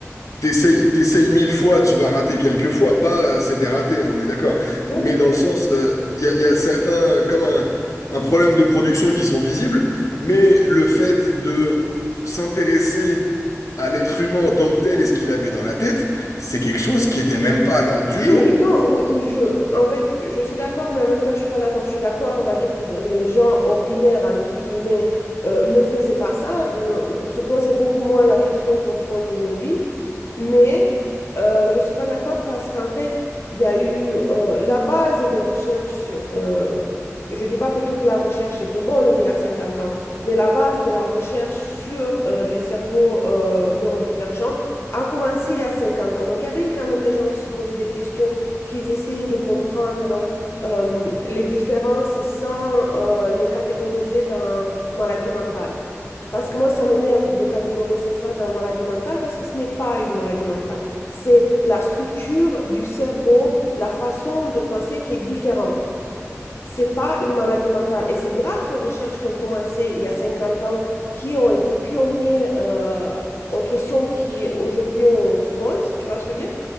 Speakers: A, on the left; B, on the left.
A: T'essayes, t'essayes mille fois, tu vas rater quelques fois. Pas, euh, c'est des ratés, hein, on est d'accord.
B: Ouais.
A: Mais dans le sens, euh, il y a, il y a certains, comme un, un problème de production qui sont visibles, mais le fait de s'intéresser à l'être humain en tant que tel et ce qu'il avait dans la tête, c'est quelque chose qui était même pas à l'ordre du
B: Oui,
A: jour.
B: non, oui, oui, je, en fait, je suis d'accord, mais en même temps, je suis pas d'accord. Je suis d'accord, on va dire que de- les gens ordinaires, entre guillemets, euh, ne faisaient pas ça, ne- ne- se posaient beaucoup moins la question qu'on se pose aujourd'hui. Mais euh, je suis pas d'accord parce qu'en fait, il y a eu euh, la base des recherches. euh, je dis pas que toute la recherche était bonne d'il y a 50 ans, mais la base de la recherche sur euh, les cerveaux euh, neurodivergents a commencé à 50 ans. Donc, il y avait quand même des gens qui se posaient des questions, qui essayaient de comprendre euh, les différences sans euh, les catégoriser dans maladie mentale. Parce que moi, ça m'énerve de catégoriser ça dans maladie mentale parce que ce n'est pas une maladie mentale. C'est la structure du cerveau, la façon de penser qui est différente. C'est pas une maladie mentale. Et c'est grâce aux recherches qui ont commencé il y a 50 ans, qui ont été pionniers euh, aux questions qui aujourd'hui on se pose, tu vois ce que je veux dire?